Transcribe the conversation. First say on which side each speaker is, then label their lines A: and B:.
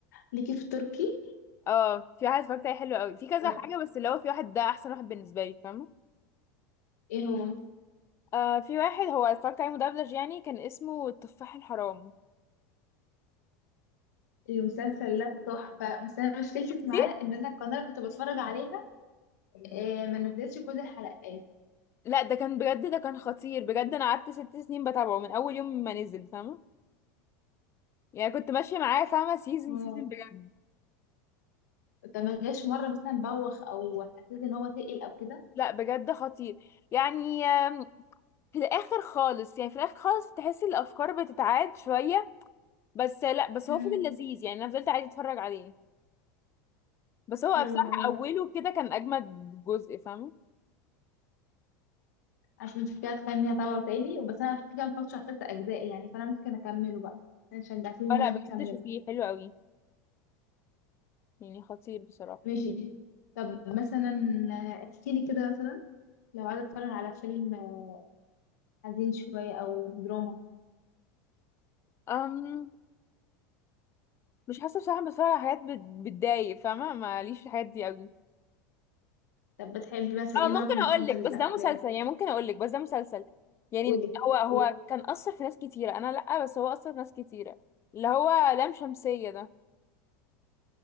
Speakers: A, on the left (about 85°); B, on the left (about 30°).
A: ليكي في تركي
B: اه في واحد اتفرجت عليه حلو قوي في كذا
A: و...
B: حاجه بس اللي هو في واحد ده احسن واحد بالنسبه لي فاهمه
A: ايه هو
B: آه في واحد هو اتفرجت عليه مدبلج يعني كان اسمه التفاح الحرام
A: المسلسل ده تحفة بس أنا مشكلتي
B: شفتي؟
A: معاه إن أنا القناة اللي كنت بتفرج عليها آه، ما نزلتش كل الحلقات
B: لا ده كان بجد ده كان خطير بجد انا قعدت ست سنين بتابعه من اول يوم ما نزل فاهمه يعني كنت ماشيه معاه فاهمه سيزون
A: واو
B: سيزون بجد
A: ده ما جاش مرة مثلا بوخ أو حسيت إن هو تقل أو كده
B: لا بجد خطير يعني آم، في الاخر خالص يعني في الاخر خالص تحس الافكار بتتعاد شويه بس لا بس
A: مم.
B: هو فضل لذيذ يعني انا فضلت عادي اتفرج عليه بس هو
A: حلو
B: بصراحه
A: الموضوع
B: اوله
A: ده
B: كده كان اجمد جزء فاهمه
A: عشان مش كده تخليني أتابعه تاني بس أنا في كام فترة شفت أجزاء يعني فأنا ممكن أكمله بقى عشان شجعتني إن
B: فلا
A: أنا
B: بجد
A: أكمله
B: شوفيه حلو قوي يعني خطير بصراحه
A: ماشي طب مثلا آه، احكيلي كده مثلا لو عايزة أتفرج على فيلم آه، حزين شوية أو دراما
B: أم مش حاسه بصراحه بتفرج على حاجات بت- بتضايق فاهمه ماليش في الحاجات دي قوي
A: طب بتحب مثلا
B: اه
A: إيه
B: ممكن
A: نوعك المفضل
B: اقول لك
A: للأفلام؟
B: بس ده مسلسل يعني ممكن اقول لك بس ده مسلسل يعني
A: قولي
B: هو هو
A: قولي
B: كان اثر في ناس كتيره انا لا بس هو اثر في ناس كتيره اللي هو لام شمسيه ده